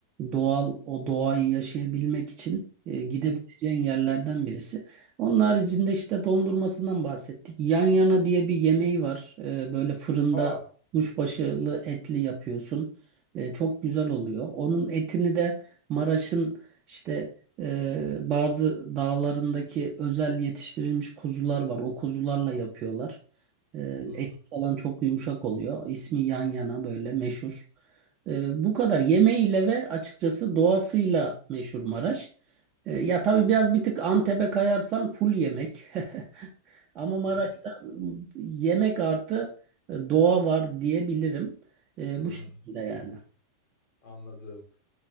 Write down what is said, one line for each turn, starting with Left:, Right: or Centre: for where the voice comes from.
Right: doğal o doğayı yaşayabilmek için e, gidebileceğin yerlerden birisi. Onun haricinde işte dondurmasından bahsettik. Yan yana diye bir yemeği var. Ee, böyle fırında
Left: Aa.
Right: kuşbaşılı etli yapıyorsun. Ee, çok güzel oluyor. Onun etini de Maraş'ın işte e, bazı dağlarındaki özel yetiştirilmiş kuzular var. O kuzularla yapıyorlar. Ee,
Left: Hı
Right: et falan çok yumuşak oluyor. İsmi yan yana böyle meşhur. Ee, bu kadar yemeğiyle ve açıkçası doğasıyla meşhur Maraş. E, Ya tabii biraz bir tık Antep'e kayarsan full yemek. <laughs> Ama Maraş'ta
Left: hı
Right: yemek artı e, doğa var diyebilirim. E,
Left: hı
Right: bu
Left: hı
Right: şekilde
Left: hı.
Right: yani.
Left: Anladım.